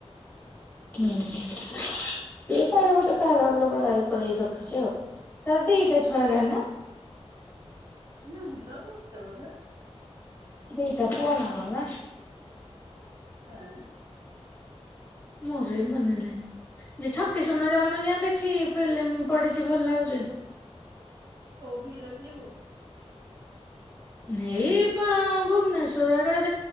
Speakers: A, on the left (about 15°); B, on the right (about 40°).
A: ହୁଁ ସେ ତାର ଗୋଟେ ତାର ଅଲଗା ଇଏ କରିକି ରଖିଛି ଆଉ। ତାର ଦିଟା ଛୁଆ ହେଲାଣି ନା?
B: ନହିଁ ତ ଆଉ ଗୋଟେ ବୋଧେ।
A: ଦି ପ୍ରକାର ର ନା।
B: କାଇଁ।
A: ମୋର ବି ମନେ ନାହିଁ, ଯେ ଛକିଶୂନ ଯାଉନିଜ୍ଞା ଦେଖି ଫିଲ୍ମ ପଡିଚି ଭଲ ଲାଗୁଛି।
B: କୋଉଠିକି ଦେଖିଯିବୁ?
A: ହେଇ ପ ଭୁବନେଶ୍ୱରେ।